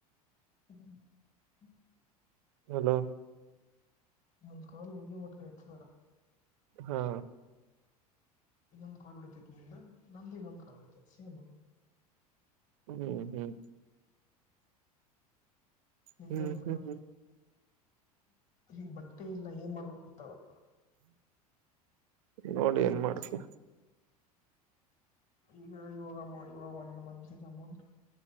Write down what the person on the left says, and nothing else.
<inaudible>
ನಂದ ಕಾಲ್ ಮುಗಿಯುಮಟ ಎತ್ತಬೇಡ.
ಇನ್ನೊಂದ್ ಕಾಲ್ ಉಳಿತೈತಿ ನಂದುು, ನಿಂದು ಇನ್ನೊಂದು ಕಾಲ್ ಉಳಿತ ತ್ ಸೇಮು.
ನಿಮ್ದೇನ್ ಬಿಡಬ
ಈಗ ಬಟ್ಟೆ ಇಲ್ಲ ಏನ್ ಮಾಡ್ಬೇಕ ಗತ್ತಾವಲ್ಲ
ಈಗ ಇವಾಗಮ್ಮ ಇವಾಗ ಒಂದ್ ಮಂತಿದ ಅಮೌಂಟ್